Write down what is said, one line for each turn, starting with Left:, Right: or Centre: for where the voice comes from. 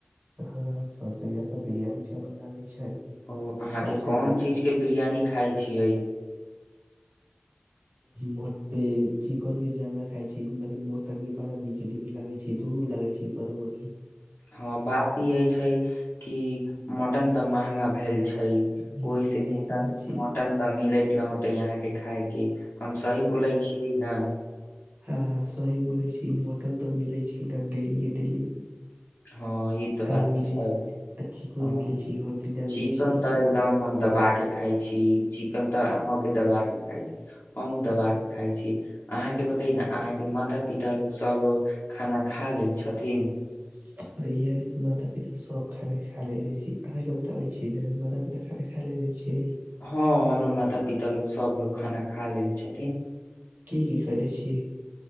Right: हँ सबसे ज्यादा बिरियानी चावल लागै छै छै
Left: ओ अहाँके
Right: सबसे
Left: कोन
Right: नीक
Left: चीज के बिरियानी खाय छियै
Right: म चिकन के जला खाइ छै मने मटन के बड़ा नीक नीक लागे छै नू लागै छै ई बड़ा बढ़िआं
Left: हँ बात इहे छै कि मटन तऽ महंगा भेल छै
Right: हम्म
Left: ओहिसँ
Right: इ
Left: मटन
Right: ते बात छै
Left: मटन तऽ मिलैत न होते यहाँ के खायके हम सही बोलै छियै ने
Right: हँ हँ सही बोलइ छी मटन तऽ मिलै छी ने डेली के डेली
Left: हँ ई तऽ
Right: आय
Left: बात
Right: मिले
Left: छै
Right: आ चिकन
Left: ह
Right: मिले छै हर दिना
Left: चिकन
Right: मिले छै इ
Left: तऽ एकदम हम दबा के खाय चिकन तऽ अहों के दबा के खाय छी हमू दबा के खाय छी अहा के बता ते न अहाँके माता पिता लोग सब लोग खाना खा लेल छथिन
Right: इहाँके तऽ माता पिता सब खाना खाे रह छै अहाँके बताबै छै ने माता पिता खाना खालेने छियै
Left: हँ हमरो माता पिता लोक सभलोग खाना खा लेल छथिन
Right: की की खेले छी